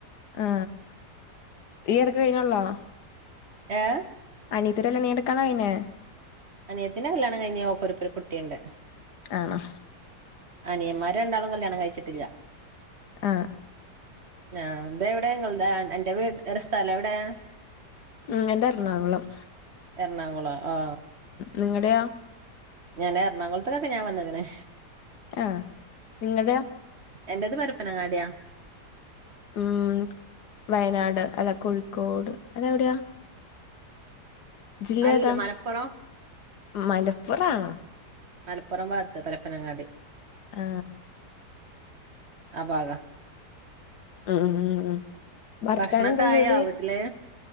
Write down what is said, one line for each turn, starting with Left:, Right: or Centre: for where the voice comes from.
Left: ആ ഈ എടക്ക് കയ്ഞ്ഞള്ളോ
Right: ഏ
Left: അനിയത്തിടെ കല്യാണം ഈയടക്കാണോ കയിഞ്ഞെ
Right: അനിയത്തിന് കല്യാണം കഴിഞ്ഞ് ഓക്കൊരു പ്പൊരുകുട്ടിണ്ട്.
Left: ആണോ
Right: അനിയമാര് രണ്ടാളും കല്യാണം കയ്ച്ചിട്ടില്ല
Left: ആ
Right: ആ എന്താ എവിടെഇങ്ങൾദ് അന്റെ വീട് അന്റെ സ്ഥലം എവിടെ
Left: ഉം, എന്റെറണാകുളം.
Right: എറണാകുളം, ആ
Left: നിങ്ങടെ യോ
Right: ഞാൻ എറണാകുളത്ത്ക്കൊക്കെ ഞാൻ വന്നിക്ക്ണ്
Left: ആ നിങ്ങടെയൊ
Right: എന്റത് പരപ്പനങ്ങാടിയാ
Left: ഉം വയനാട് അല്ലാ കോഴിക്കോട് അതെവിടെയാ ജില്ല
Right: അല്ല
Left: ഏതാ
Right: മലപ്പുറം
Left: മലപ്പുറാണോ
Right: മലപ്പുറം ഭാഗത്ത് പരപ്പനങ്ങാടി
Left: ആ
Right: ആ, ഭാഗാ
Left: ഉം ഉം മ്മ് മ്മ് ഭർത്താവിനെന്താ,
Right: ഭക്ഷണൊക്കെ
Left: ജോലി,
Right: ആയോ വീട്ടില്